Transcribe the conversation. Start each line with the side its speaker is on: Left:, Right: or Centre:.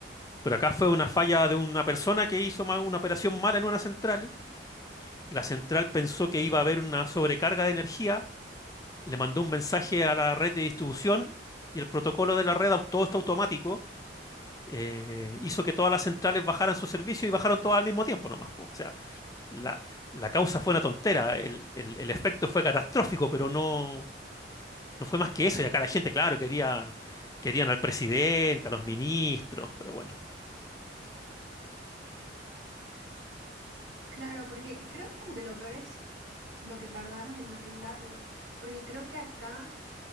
Left: pero acá fue una falla de una persona que hizo mal- una operación mala en una central. La central pensó que iba a haber una sobrecarga de energía, le mandó un mensaje a la red de distribución y el protocolo de la red au- todo está automático eh, hizo que todas las centrales bajaran su servicio y bajaron todas al mismo tiempo nomás. po. O sea, la, la causa fue una tontera, el, el- el efecto fue catastrófico, pero no, no fue más que eso. Y acá la gente, claro, quería, querían al presidente, a los ministros, pero bueno.
Right: Claro, porque creo como que lo peor es lo que tardaron en arreglarlo, porque creo que acá